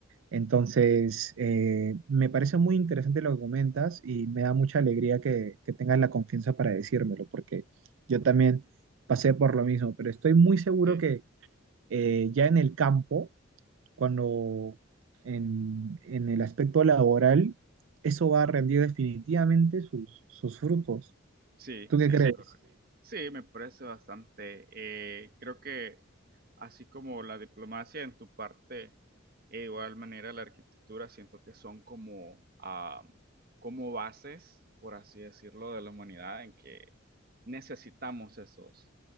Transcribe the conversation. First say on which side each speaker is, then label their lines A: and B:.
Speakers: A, on the right; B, on the right.
A: Entonces, eh, me parece muy interesante lo que comentas y me da mucha alegría que, que tengas la confianza para decírmelo, porque yo también pasé por lo mismo, pero estoy muy seguro
B: sí.
A: que eh, ya en el campo, cuando en, en el aspecto laboral, eso va a rendir definitivamente sus, sus frutos.
B: Sí,
A: ¿Tú
B: sí,
A: qué Sí, crees?
B: correcto. Sí, me parece bastante. eh, creo que así como la diplomacia en tu parte, e igual manera la arquitectura, siento que son como, ah, como bases, por así decirlo, de la humanidad en que necesitamos esos,